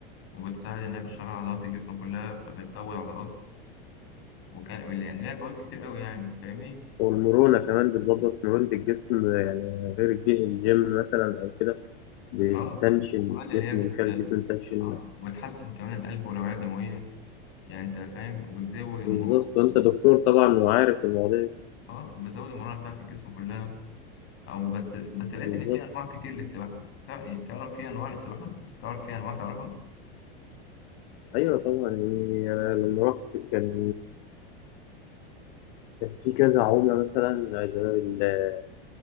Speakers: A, on the left; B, on the left.
A: وبتساعد انها بتشغل عضلات الجسم كلها فبتقوي العضلات وكان يعني ليها فوائد كتير قوي يعني فاهمني
B: والمرونه كمان بتظبط مرونه الجسم يعني غير الج- الجيم مثلا او كده بتنشن
A: اه وكمان
B: الجسم
A: اللي هي بت
B: بيخلي الجسم يتنشن
A: اه وبتحسن كمان القلب والأوعية الدموية يعني انت فاهم وبتزود المرونة
B: بالظبط وانت دكتور طبعا وعارف المواضيع دي.
A: اه وبتزود المرونة بتاعت الجسم كلها او بس بس لقيت
B: بالظبط
A: ان في انواع كتير للسباحة تع- تعرف في انواع للسباحة تعرف في انواع تعرفها
B: ايوه طبعا يعني انا لما رحت كان كان في كذا عمله مثلا زي ال-